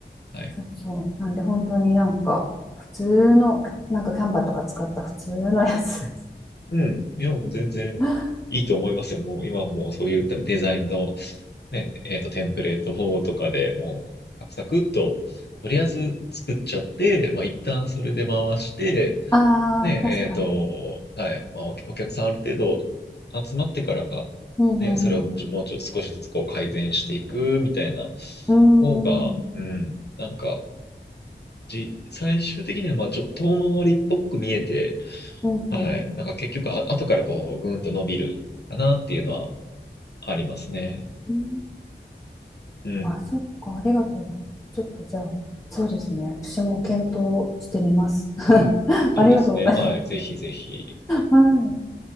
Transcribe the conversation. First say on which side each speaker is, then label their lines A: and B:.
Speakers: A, on the left; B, on the left.
A: はい。
B: そうそう。なんで本当になんか普通の、なんかキャンバーとか使った普通のやつです。
A: うん。いや、もう全然
B: <laughs>
A: いいと思いますよ。もう今はもうそういうデザインの、ね、えっと、テンプレート法とかでもう、サクサクっと、とりあえず作っちゃって、まあ、一旦それで回して、
B: ああ、
A: ね、
B: 確かに。
A: えっと、はい、まあ、おお客さんある程度集まってから、
B: うんうんうんうん。
A: ね、それをちょもうちょっと少しずつこう改善していくみたいな
B: うーん、
A: 方が、うん、なんか、じ、最終的にはまあちょっと遠回りっぽく見えて、
B: うん、
A: はい。
B: うん。
A: なんか結局、あ、後からこう、ぐんと伸びるかなっていうのはありますね。
B: うーん
A: うん。
B: あ、そっか、ありがとうございます。ちょっとじゃあ、そうですね。私も検討してみます。<laughs>
A: うん。
B: ありがとうございます。
A: そうですね。はい。ぜひぜひ。
B: はい。